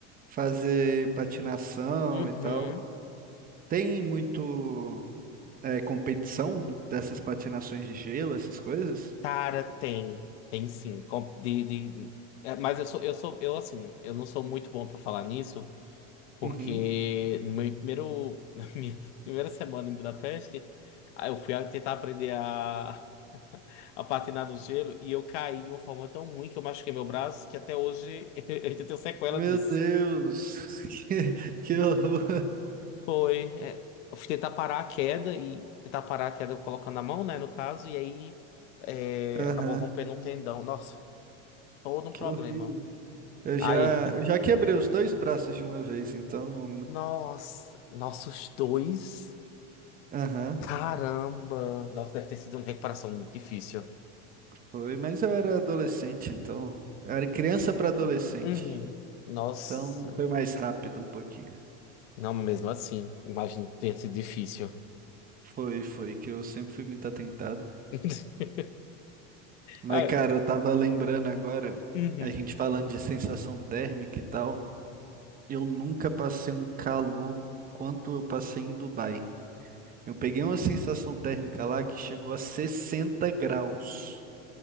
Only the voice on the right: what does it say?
fazer patinação
e tal. Tem muito é, competição dessas patinações de gelo, essas coisas?
Uhum.
Meu
Deus, <laughs> que, que horror.
Aham,
que
horrível. Eu
já, eu já quebrei os dois braços de uma vez, então.
Aham,
foi, mas eu era adolescente, então. eu Era criança para adolescente.
Então foi mais rápido um pouquinho.
Foi, foi, que eu sempre fui muito atentado.
Mas,
cara, eu tava lembrando agora,
a gente falando de sensação térmica e tal. Eu nunca passei um calor quanto eu passei em Dubai. Eu peguei uma sensação térmica lá que chegou a 60 graus.